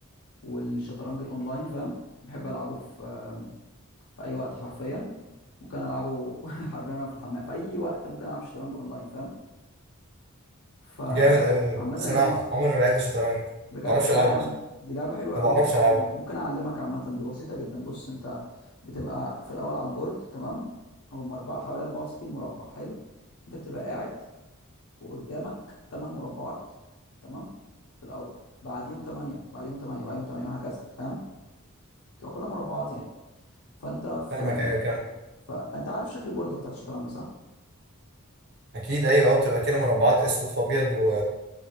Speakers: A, on the left; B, on the right.
A: والشطرنج الاونلاين فاهم بحب العبه في آم، في اي وقت حرفيا ممكن العبه <laughs> حرفيا وانا في الحمام في اي وقت ممكن العب شطرنج اونلاين فاهم فعامة
B: جامد أوي بس
A: لذيذ
B: أنا عمري ما لعبت شطرنج ما
A: بجد
B: بعرفش ألعبها
A: لا يا عم
B: أصلا
A: دي لعبة حلوة
B: ما
A: قوي
B: بعرفش
A: بص
B: ألعبها
A: انا ممكن اعلمك عامة دي بسيطة جدا بص انت بتبقى في الاول على البورد تمام او مربع حوالي 64 مربع حلو انت بتبقى قاعد وقدامك 8 مربعات تمام في الاول بعديهم 8 بعديهم 8 بعديهم 8 وهكذا فاهم تبقى كلها مربعات يعني فانت في
B: فاهمك أيوة كمان
A: فانت عارف شكل البورد بتاعت الشطرنج صح
B: أكيد أيوة أه بتبقى كده مربعات أسود في أبيض و